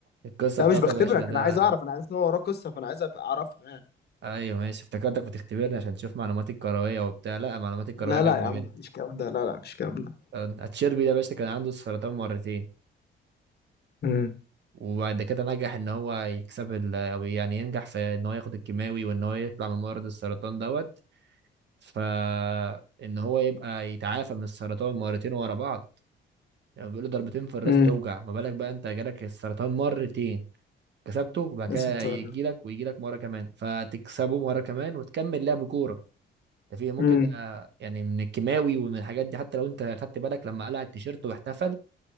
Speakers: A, on the right (about 60°); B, on the left (about 55°).
A: القصة
B: لا
A: بتاعته
B: مش بختبرك
A: يا باشا ده
B: انا عايز اعرف انا عارف ان هو وراه قصه فانا عايز أف- اعرفها يعني
A: ايوه ماشي افتكرتك بتختبرني عشان تشوف معلوماتي الكروية وبتاع لا معلوماتي الكروية
B: لا
A: جامدة
B: لا يا عم
A: جدا
B: مفيش الكلام ده لا لا مفيش الكلام ده
A: آه، اتشيربي ده يا باشا كان عنده سرطان مرتين
B: امم
A: وبعد كده نجح ان هو يكسب ال- او يعني ينجح في ان هو ياخد الكيماوي وان هو يطلع من مرض السرطان دوت فان هو يبقى يتعافى من السرطان مرتين ورا بعض يعني بيقولوا ضربتين في الراس
B: امم
A: توجع ما بالك بقى انت جالك السرطان مرتين كسبته وبعد
B: لسه
A: كده
B: طاير
A: يجي لك ويجي لك مره كمان فتكسبه مره كمان وتكمل لعب كوره ده في ممكن
B: امم
A: ده يعني من الكيماوي ومن الحاجات دي حتى لو انت خدت بالك لما قلع التيشيرت واحتفل